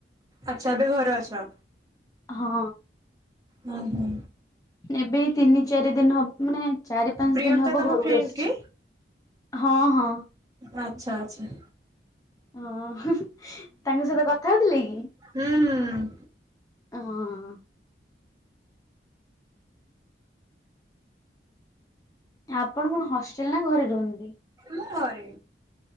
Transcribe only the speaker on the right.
ଆଚ୍ଛା ଏବେ ଘରେ ଅଛ।
ହୁଁ ହୁଁ।
ପ୍ରିୟଙ୍କା
ତମ
ଫ୍ରେଣ୍ଡ
କି?
ଆଚ୍ଛା ଆଚ୍ଛା।
ହୁଁ।
ମୁଁ ଘରେ।